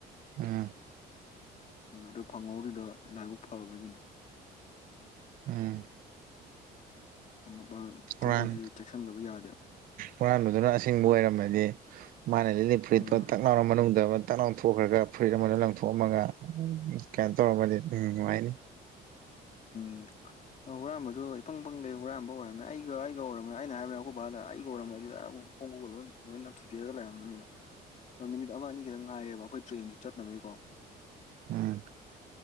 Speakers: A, on the right; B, on the left.
A: ꯑ
B: ꯑꯗꯨꯗ ꯐꯪꯍꯧꯔꯤꯗ ꯂꯥꯏꯕꯛ ꯐꯕꯒꯤꯅꯤ
A: ꯎꯝ
B: ꯃꯄꯥꯟ
A: ꯍꯨꯔꯥꯟ
B: ꯆꯠꯄꯁꯤ ꯆꯦꯛꯁꯤꯟꯗꯕ ꯌꯥꯗꯦ
A: ꯍꯨꯔꯥꯟꯕꯗꯨꯅ ꯑꯁꯤꯡꯕ ꯑꯣꯏꯔꯝꯃꯗꯤ ꯃꯥꯅ ꯂꯤꯂꯤ ꯐꯨꯔꯤꯠꯇꯣ
B: ꯎꯝ
A: ꯇꯛ ꯂꯥꯎꯅ ꯃꯅꯨꯡꯗ ꯇꯛ ꯂꯥꯎꯅ ꯊꯣꯛꯈ꯭ꯔꯒ ꯐꯨꯔꯤꯠ ꯑꯃꯗ ꯂꯪꯊꯣꯛꯑꯝꯃꯒ ꯀꯩꯅꯣ ꯇꯧꯔꯝꯃꯗꯤ ꯎꯝ ꯅꯨꯡꯉꯥꯏꯅꯤ
B: ꯎꯝ ꯑꯣ ꯍꯨꯔꯥꯟꯕꯁꯨ ꯏ ꯄꯪ ꯄꯪꯒꯩ ꯍꯨꯔꯥꯟꯕ ꯑꯣꯏꯔꯝꯃꯦ ꯑꯩꯒ ꯑꯩꯒ ꯑꯣꯏꯔꯝꯃꯦ ꯑꯩꯅ ꯍꯥꯏꯔꯝꯃꯦ ꯑꯩꯈꯣꯏꯕꯥꯗ ꯑꯩꯒ ꯑꯣꯏꯔꯝꯕꯁ ꯐꯣꯡ ꯂ ꯂꯣꯏꯝꯊꯤꯗꯤꯔꯒ ꯂꯩꯔꯝꯅꯤꯅ ꯃꯤꯅꯤꯠ ꯑꯃ ꯑꯅꯤ ꯈꯤꯗꯪ ꯉꯥꯏꯔꯦꯕ ꯑꯩꯈꯣꯏ ꯇ꯭ꯔꯦꯟꯁꯨ ꯆꯠꯅꯕꯒꯤꯀꯣ
A: ꯎꯝ